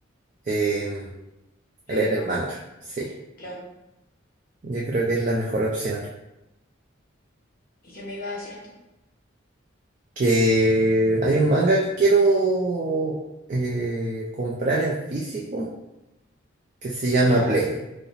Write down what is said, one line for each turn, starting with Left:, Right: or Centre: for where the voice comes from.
Right: em, leer
Left: leer manga,
Right: el manga. Sí,
Left: claro.
Right: yo creo que es la mejor opción.
Left: ¿Y qué me iba a decir antes?
Right: que hay un manga que quiero eh, comprar en físico que se llama
Left: ¿Ya?
Right: Blame.